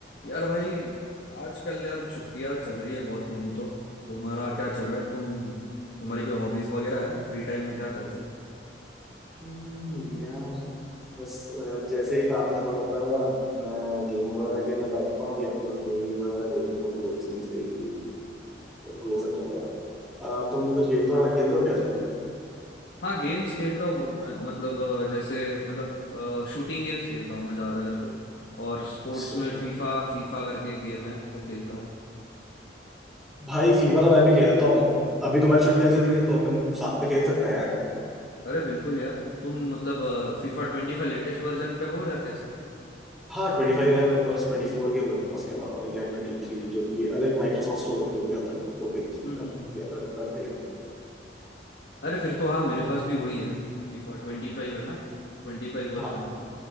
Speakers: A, on the left; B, in the centre.
A: यार भाई आजकल यार छुट्टियां चल रही है बहुत मेरी तो तुम्हारा क्या चल रहा है तुम तुम्हारी कोई हॉबीज वगैरह है फ्री टाइम में क्या करते हो
B: हम्म, यार बस अ, जैसे ही काम खत्म होता है मेरा मैं गेम वगैरह खेलने बैठता हूँ या फिर कुछ मूवी वगैरह देख ली कुछ वेब सीरीज देख ली तो ये सब चल रहा है अ, तुम कुछ गेम्स वगैरह खेल रहे हो क्या आजकल
A: हाँ गेम्स खेलता हूँ ब्रो मैं मतलब अ, जैसे मतलब शूटिंग गेम्स खेलता हूँ मैं ज़्यादा करके और स्पोर्ट्स
B: सही
A: में
B: है
A: फीफा फीफा करके एक गेम है वो खेलता हूँ
B: भाई फीफा तो मैं भी खेलता हूँ अभी तुम्हारी छुट्टियां चल रही हैं तो अपन साथ पे खेल सकते हैं यार
A: अरे बिल्कुल यार तुम मतलब FIFA twenty five latest version पे हो या कैसे
B: हाँ ट्वेंटी फाइव है मेरे पास ट्वेंटी फोर खेल सकते हैं उसके अलावा या ट्वेंटी थ्री जो कि अलग माइक्रोसॉफ्ट स्टोर पे जो भी आता है वो खेल सकते
A: हम्म हम्म
B: हैं
A: हम्म।
B: या फिर ट्वेंटी फाइव
A: अरे फिर तो हाँ मेरे पास भी वही है फीफा ट्वेंटी फाइव है ना ट्वेंटी फाइव वर्जन
B: हाँ